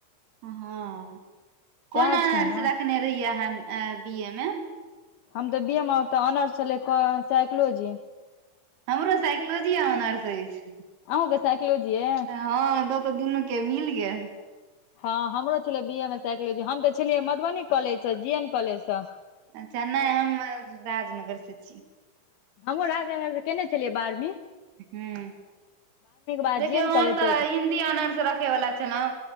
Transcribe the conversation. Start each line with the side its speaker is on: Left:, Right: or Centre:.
Right: हँ कोन
Left: सएह छै
Right: नर्स
Left: ने
Right: रखने रहियै अहाँ बी ए मे
Left: हम तऽ बी एम आ तऽ ऑनर्स छलै साइकलॉजी
Right: हमरो साइकलोजी ऑनर्स अइछ
Left: आ ग सैक्लोजिये
Right: हँ त तऽ दुनू के मिल गेल
Left: हँ हमरो छलै बी ए मे साइकोलॉजी हम तऽ छलियै मधुबनी कॉलेज से जी एन कॉलेज से
Right: अच्छा नय हम राजनगर से छी
Left: हमहूँ राजा घर त केने छलियै बारेमे
Right: ह
Left: बाद
Right: देखियौ
Left: जे एन
Right: हम
Left: कॉलेज
Right: तऽ
Left: से
Right: हि आनसँ रखे बला छलहुँ